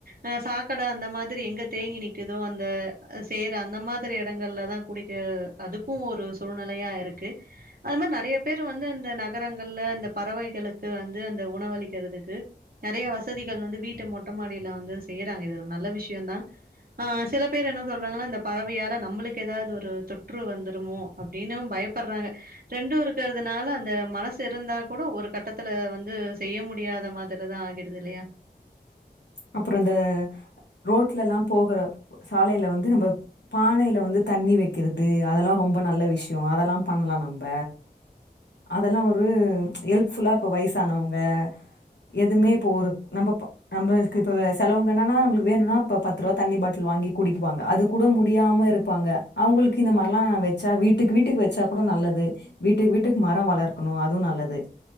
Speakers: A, on the right; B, on the left.
A: அ சாக்கடை அந்த மாதிரி எங்க தேங்கி நிக்குதோ அந்த சேறு அந்த மாதிரி இடங்கள்லதா குடிக்க அதுக்கு ஒரு சூழ்நிலையா இருக்கு அது மாரி நெறைய பேரு வந்து இந்த நகரங்கள்ல இந்த பறவை களுக்கு வந்து அந்த உணவளிக்கிறதுக்கு நெறைய வசதிகள் வந்து வீட்டு மொட்டை மாடியில வந்து செய்யுறாங்க இது ஒரு நல்ல விஷ்யந்தா ஆ சில பேர் என்ன சொல்றாங்கன்னா இந்த பறவையால நம்ளுக்கு ஏதாவது ஒரு தொற்று வந்துருமோ அப்டின்னும் பயப்படுறாங்க ரெண்டு இருக்கிறதுனால அந்த மனசு இருந்தா கூட ஒரு கட்டத்துல வந்து செய்ய முடியாத மாதிரிதா ஆகிடுது இல்லயா
B: அப்புறோ இந்த ரோட்ல எல்லா போகுற சாலையில வந்து நம்ப பானையில வந்து தண்ணி வைக்கிறது அதெல்லா ரொம்ப நல்ல விஷ்யம் அதெல்லா பண்ணலா நம்ப அதெல்லா ஒரு ஹெல்ப் ஃபுல்லா இப்ப வயசானவங்க எதுமே இப்போ ஒரு நம்ம ப நம்ப இப்போ செலவுங்க என்னன்னா நம்ளுக்கு வேணுனா இப்போ பத்து ரூவா தண்ணி பாட்டில் வாங்கி குடிக்குவாங்க அது கூட முடியாம இருப்பாங்க அவங்ளுக்கு இந்தமாரிலா வச்சா வீட்டுக்கு வீட்டுக்கு வச்சா கூட நல்லது வீட்டுக்கு வீட்டுக்கு மரோ வளர்க்கணு அதுவு நல்லது